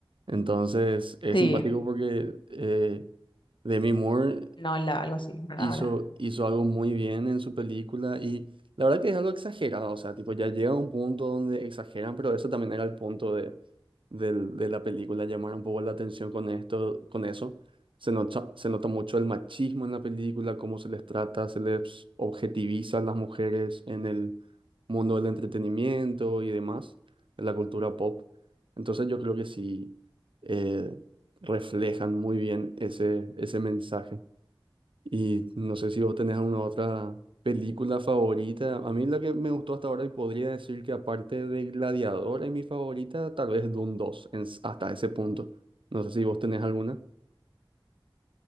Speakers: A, on the right; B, on the left.
A: Entonces, es
B: Sí,
A: simpático porque eh, Demi Moore
B: no, la- algo así, ¿verdad?
A: hizo, hizo algo muy bien en su película y la verdad que es algo exagerado, o sea, tipo, ya llega a un punto donde exageran, pero eso también era el punto de, del- de la película, llamar un poco la atención con esto, con eso. Se nota, se nota mucho el machismo en la película, cómo se les trata, se les objetiviza a las mujeres en el mundo del entretenimiento y demás, en la cultura pop. Entonces yo creo que sí eh, reflejan muy bien ese, ese mensaje. Y no sé si vos tenés alguna otra película favorita. A mí la que me gustó hasta ahora y podría decir que aparte de Gladiador es mi favorita, tal vez Dune dos en s- hasta ese punto. No sé si vos tenés alguna.